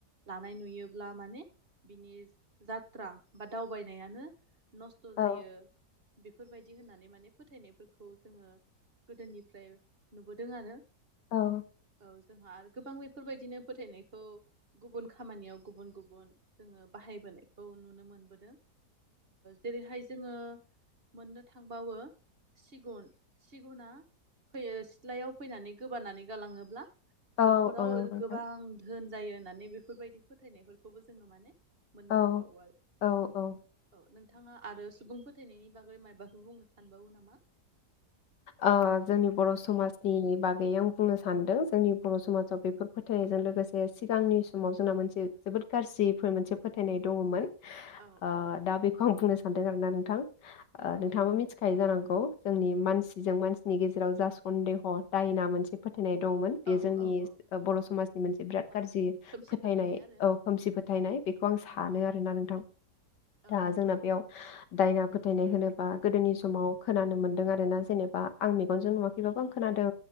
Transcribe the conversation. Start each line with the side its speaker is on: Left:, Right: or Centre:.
Right: लानाय नुयो ब्ला माने बिनि जात्रा बा दावबायनायानो नस्थ जायो।
Left: औ
Right: बेफोर बायदि होननानै माने फोथायनायफोरखौ जोङो गोदोनिफ्राय नुबोदों आरो
Left: औ
Right: औ जोंहा आरो गोबां बेफोर बायदिनो फोथायनायखौ गुबुन खामानियाव गुबुन गुबुन जोङो बाहायबोनायखौ नुनो मो मोनबोदों जेरैहाय जोङो मोननो थांबावो सिगुन सिगुना फैयो सिथ्लायाव फैनानै गोबानानै गालाङोब्ला
Left: औ
Right: नखराव
Left: औ नंगौ नोंथां
Right: गोबां धोन जायो होननानै बेफोर बायदि फोथायनायफोरखौबो जोङो माने मोननो
Left: औ
Right: हाबावो आरो
Left: औ औ
Right: औ नों थाङा आरो सुबुं फोथायनायनि बागै मायबाफोर बुंनो सानबावो नामा?
Left: ओ जोंनि बर' समाजनि बागै आं बुंनो सानदों जोंनि बर' समाजाव बेफोर फोथायनायजों लो गोसे सिगांनि समाव जोंना मोनसे जोबोद गाज्रिफोर मोनसे फोथायनाय दङ'मोन।
Right: औ
Left: ओ
Right: औ
Left: दा बेखौ आं बुंनो सा सानदों आरो ना नोंथां। ओ
Right: औ
Left: नोंथाङाबो मिथि खायो जानांगौ। जोंनि मानसि मानसिनि गेजेराव जा सन्देह दायना मोनसे फो थायनाय दंमोन बे
Right: औ
Left: जोंनि
Right: औ औ
Left: बर' समाजनि मोनसे बिराद गारजि
Right: औ खोमसि
Left: फोथायनाय
Right: आरो
Left: ओ खोमसि फोथायनाय बेखौ आं सानो
Right: औ
Left: आरो ना नोंथां
Right: औ
Left: दा जोंना
Right: औ
Left: बेयाव दायना फोथायनाय होनोबा गोदोनि समाव खोनानो मोन्दों आरोना जेने बा आं मेगनजों नुवाखैबाबो आं खोनादों।